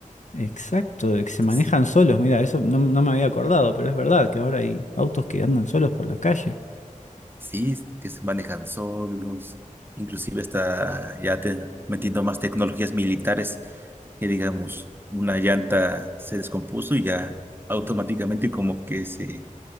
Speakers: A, on the left (about 60°); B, on the right (about 15°).
A: Exacto, de que se
B: entonces,
A: manejan solos. Mira, eso no, no me había acordado, pero es verdad que ahora hay autos que andan solos por la calle.
B: sí, es que se manejan solos, inclusive está ya te- metiendo más tecnologías militares que digamos, una llanta se descompuso y ya automáticamente como que se